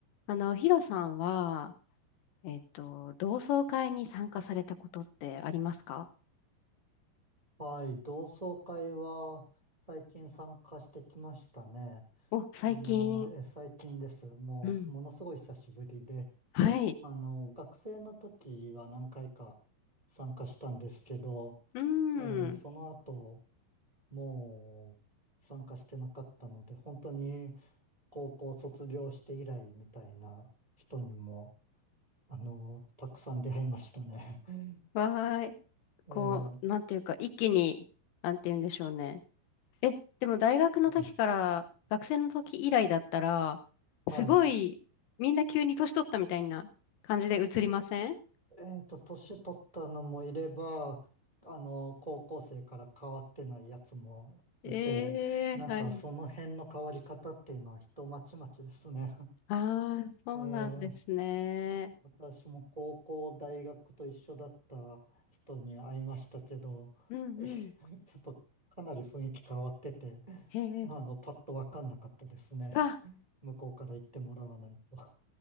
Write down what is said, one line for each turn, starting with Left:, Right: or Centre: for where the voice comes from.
Left: あの、ヒロさんは、えっと、同窓会に参加されたことってありますか
Right: はい、同窓会は最近参加してきましたね。
Left: お、最近。
Right: あの、え、最近です。もう、
Left: うん。
Right: ものすごい久しぶりで、
Left: はい。
Right: あの、学生の時は何回か参加したんですけど、
Left: うん。
Right: えーその後、もう参加してなかったので、本当に高校卒業して以来みたいな人にも、あの、たくさん出会いましたね。<laughs>
Left: わーい。
Right: えー
Left: こう、なんていうか、一気に、なんて言うんでしょうね。え、でも大学の時から、
Right: うん、
Left: 学生の時以来だったら、
Right: はい。
Left: すごい、みんな急に年取ったみたいな感じで映りません
Right: えっと、年取ったのもいれば、あの、高校生から変わってないやつもいて、
Left: ええー、
Right: なんかその辺の変わり方っていうのは人まちまちですね。
Left: はい。ああ、そうなんですね。
Right: <laughs> えー私も高校、大学と一緒だった人に会いましたけど、
Left: うんうん。
Right: えやっぱかなり雰囲気変わってて、
Left: へえ。
Right: あの、パッとわかんなかったですね。
Left: うわ
Right: <laughs> 向こうから言ってもらわないと。